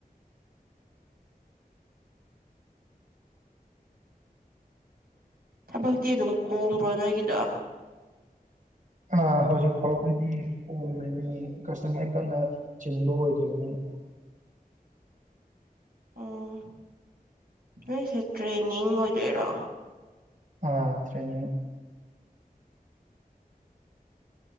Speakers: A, on the right; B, on the right.
A: ꯊꯕꯛꯇꯤ ꯑꯗꯨꯝ ꯀꯣꯝꯕ꯭ꯔꯣ ꯅꯣꯏꯒꯤꯗ
B: ꯑ ꯍꯧꯖꯤꯛ ꯐꯥꯎꯕꯗꯤ ꯀꯣꯝꯃꯦꯅꯤ ꯀꯁꯇꯃꯔ ꯀꯟꯅ ꯆꯤꯟꯕ ꯑꯣꯏꯗ꯭ꯔꯤꯕꯅꯤꯅ
A: <inaudible> ꯑꯣ ꯅꯣꯏꯁꯦ ꯇ꯭ꯔꯦꯟꯅꯤꯡ ꯑꯣꯏꯗꯣꯏꯔꯥ
B: ꯑꯥ ꯇ꯭ꯔꯦꯅꯤꯡ